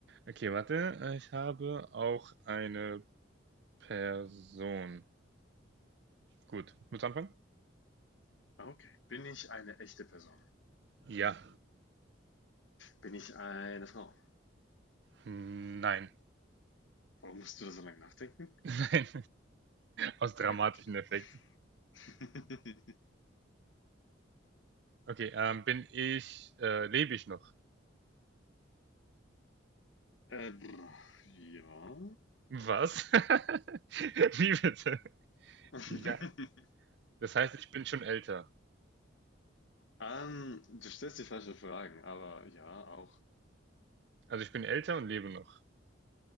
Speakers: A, on the right; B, on the left.
A: Okay, warte, äh, ich habe auch eine Person. Gut, muss anfangen?
B: Okay. Bin ich eine echte Person?
A: Ja,
B: Bin ich eine Frau?
A: Mm, nein,
B: Warum musst du da so lange nachdenken?
A: <laughs> nein,
B: <laughs>
A: aus dramatischen
B: Okay.
A: Effekten.
B: <laughs>
A: Okay, ähm, bin ich, äh, lebe ich noch?
B: Äh, ja.
A: Was? <laughs> Wie bitte?
B: <laughs>
A: Ja, das heißt, ich bin schon älter.
B: Ähm, du stellst die falschen Fragen, aber ja, auch.
A: Also ich bin älter und lebe noch.